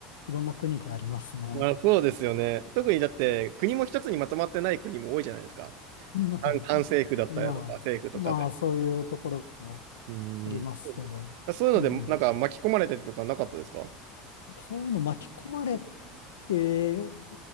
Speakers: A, on the left; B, on the right.
A: いろんな国でありますね。
B: まあ、そうですよね。特にだって国も一つにまとまってない国も多いじゃないですか。
A: まあ、
B: 反反政府だったりだとか、
A: まあ、
B: 政府とかで。
A: まあ、そういうところも
B: うーん。
A: ありますけど、
B: そういうので、
A: うん、
B: なんか巻き込まれたりとかなかったですか
A: そういうの巻き込まれて